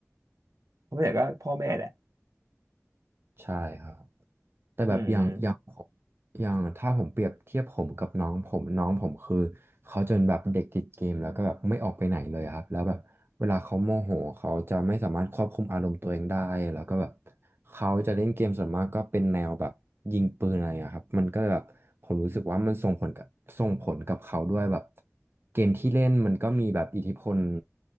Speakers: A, on the right (about 85°); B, on the right (about 45°).
A: เพราะฉะนั้่ก็พ่อแม่แหละ
B: ใช่ครับ แต่แบบอย่างอย่างผม
A: อืม
B: อย่างถ้าผมเปรียบเทียบผมกับน้องผมน้องผมคือเขาจะเป็นแบบเด็กติดเกมแล้วก็แบบไม่ออกไปไหนเลยครับแล้วแบบเวลาเขาโมโหเขาจะไม่สามารถควบคุมอารมณ์ตัวเองได้แล้วก็แบบเขาจะเล่นเกมส่วนมากก็เป็นแนวแบบยิงปืนอะไรอะครับมันก็เลยแบบผมรู้สึกว่ามันส่งผลกับส่งผลกับเขาด้วยแบบเกมที่เล่นมันก็มีแบบอิทธิพล